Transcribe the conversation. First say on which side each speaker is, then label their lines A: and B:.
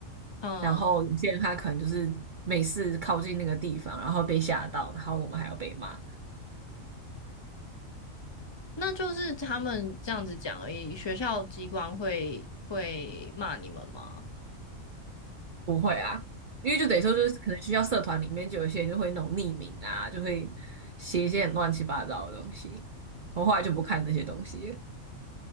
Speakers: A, on the left; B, on the right.
A: 嗯，
B: 然后有些人他可能就是每次靠近那个地方，然后被吓到，然后我们还要被骂。
A: 那就是他们这样子讲而已。学校机关会会骂你们吗？
B: 不会啊，因为就等于说就是可能学校社团里面就有些人就会那种匿名啊，就会写一些很乱七八糟的东西。我后来就不看这些东西了